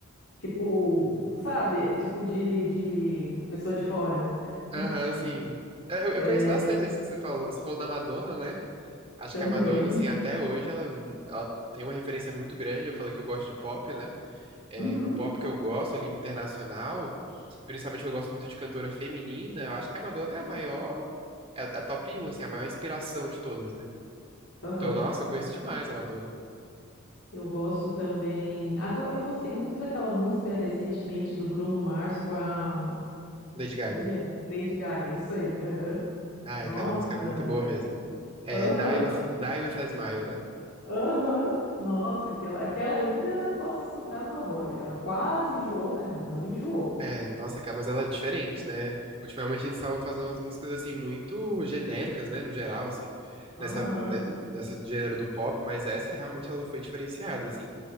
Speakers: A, on the left; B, on the right.
A: tipo, sabe? É tipo de, de pessoa de fora.
B: Aham,
A: <laughs>
B: sim. É, Eu, eu
A: É,
B: conheço bastante isso que você falou. Você falou da Madonna, né? Acho
A: também.
B: que a Madonna, assim, até hoje, ela, ela tem uma referência muito grande. Eu falei que eu gosto de pop, né? É,
A: Uhum,
B: no pop que eu gosto, ali, internacional, principalmente que eu gosto muito de cantora feminina, eu acho que a Madonna é a maior, é a, a top 1, assim, a maior inspiração de todas, né?
A: aham.
B: Então, nossa, eu conheço demais a Madonna.
A: Eu gosto também. Agora, eu gostei muito daquela música recentemente do Bruno Mars com a.
B: Lady Gaga.
A: Uia, Lady Gaga, isso aí. aham.
B: Ah,
A: Nossa,
B: aquela música é muito boa mesmo. É
A: aham,
B: Die With,
A: conti-
B: Die With a Smile, né?
A: aham. Nossa, aquela, aquela eu ainda posso escutar numa boa. Ela quase enjoou, mas não enjoou.
B: É, nossa, cara, mas ela é diferente, né? Ultimamente eles estavam fazendo umas músicas assim muito genéricas, né, no geral, assim,
A: Aham.
B: nessa né, nessa gênero do pop, mas essa realmente ela foi diferenciada, assim.